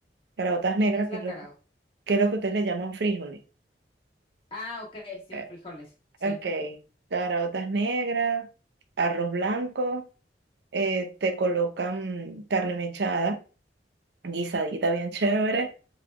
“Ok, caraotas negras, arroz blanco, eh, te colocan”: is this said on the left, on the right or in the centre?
Right